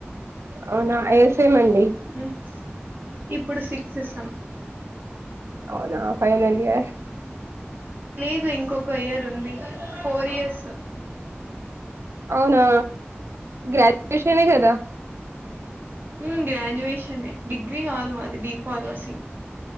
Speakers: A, on the right; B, on the right.
A: అవునా ఏసేమండి
B: ఉమ్, ఇప్పుడు సిక్స్త్ సం
A: అవునా ఫైనల్ ఇయర్
B: లేదు ఇంకొక ఇయర్ ఉంది ఫోర్ ఇయర్స్
A: అవునా గ్రాడ్యుయేషనే కదా
B: ఉం గ్రాడ్యుయేష నే డిగ్రీ గాదు మాది బి ఫార్మసీ